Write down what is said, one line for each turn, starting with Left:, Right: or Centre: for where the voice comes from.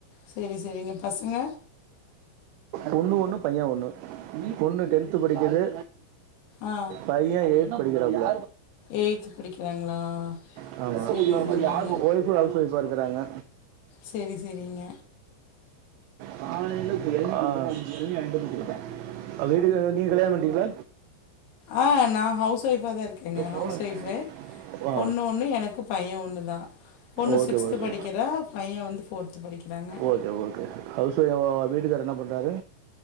Left: செரி செரிங்க பசங்க
Right: பொண்ணு ஒண்ணு பைய ஒண்ணு பொண்ணு டென்த்து படிக்குது
Left: ஆ
Right: பைய எயி்த் படிக்கிறாப்ல
Left: எயி்த்து படிக்கிறாங்களா
Right: <unintelligible> ஆமா
Left: சேரி
Right: இன்னொரு
Left: சேரிங்க
Right: ஆமா வொய்ப்பு ஹவுஸ் வொய்பா இரு கிராங்க
Left: செரி செரிங்க
Right: காலையில புயல் ஆ <unintelligible> அ வீட்டுக்கர நீங்க கல்யாண பண்ட்டீங்ளா
Left: ஆ நா ஹவுஸ் ஒய்பா தா இருக்கங்க ஹவுஸ்
Right: போன-
Left: ஒய்ப்பு
Right: ஆ
Left: பொண்ணு ஒண்ணு எனக்கு பைய ஒண்ணு தா பொண்ணு
Right: ஓகே
Left: சிக்ஸ்த்து
Right: ஓகே
Left: படிக்கிறா பைய வந்து ஃபோர்த்து படிக்கிறாங்க
Right: ஓகே ஓகே ஹவுஸ் ஒய்யமா வீட்டுக்கார் என்ன பண்றாரு